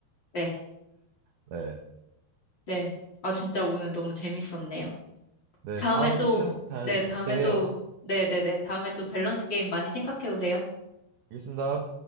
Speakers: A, on the left; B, on the right.
A: 네.
B: 네.
A: 네. 아, 진짜 오늘 너무 재밌었네요.
B: 네,
A: 다음에
B: 다음에
A: 또,
B: 또 시간 될
A: 네, 다음에
B: 때
A: 또,
B: 해요.
A: 네네네. 다음에 또 밸런스 게임 많이 생각해 오세요.
B: 알겠습니다.